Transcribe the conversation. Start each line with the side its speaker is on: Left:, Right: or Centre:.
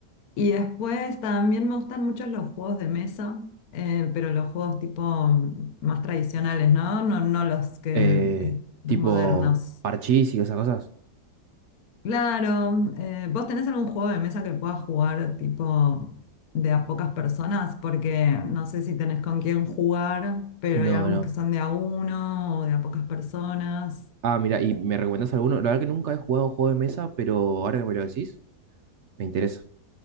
Left: Y después también me gustan mucho los juegos de mesa, eh, pero los juegos tipo mm, más tradicionales, ¿no? No, no los que
Right: Eh,
Left: eh, los
Right: tipo
Left: modernos.
Right: parchís y esas cosas.
Left: Claro, eh, ¿vos tenés algún juego de mesa que puedas jugar tipo de a pocas personas? Porque no sé si tenés con quién jugar, pero
Right: No,
Left: hay algunos
Right: no.
Left: que son de a uno o de a pocas personas.
Right: Ah, mira, ¿y me recomendás alguno? La verdad que nunca he jugado juego de mesa, pero ahora que me lo decís, me interesa.